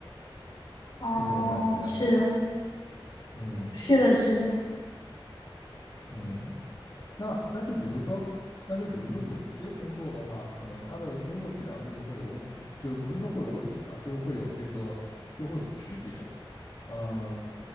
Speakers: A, on the left (about 65°); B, on the left (about 40°).
A: 哦，
B: 就这种感觉啊。
A: 是的，
B: 嗯
A: 是的，是的，
B: 嗯，那那就比如说，那就比如说有一些工作的话，可能他的工作质量就是会有问题，就是不是说会有问题吧，就是会有这个，就是会有区别。嗯、